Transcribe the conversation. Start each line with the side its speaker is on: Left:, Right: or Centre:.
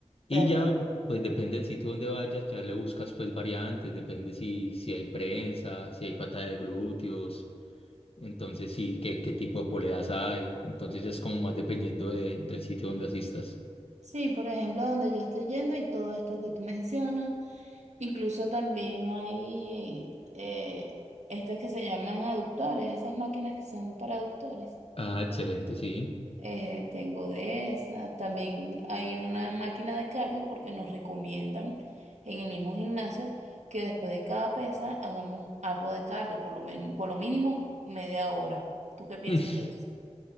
Left: Y
Right: Pero,
Left: ya, pu- pues depende del sitio donde vayas, ya le buscas pues variantes, depende si, si hay prensa, si hay pata de glúteos, entonces sí, qué, qué tipo de poleas hay, entonces ya es como más dependiendo de- del sitio donde asistas.
Right: sí, por ejemplo, donde yo estoy yendo y todo esto que tú mencionas, incluso también hay eh, estas que se llaman aductores, esas máquinas que son para aductores.
Left: Ah, excelente, sí.
Right: Eh, tengo de esa. También hay una máquina de cardio porque nos recomiendan en el mismo gimnasio que después de cada pesa hagamos algo de cardio, por lo menos, por lo mínimo media hora. ¿Tú qué piensas
Left: Mm,
Right: de eso?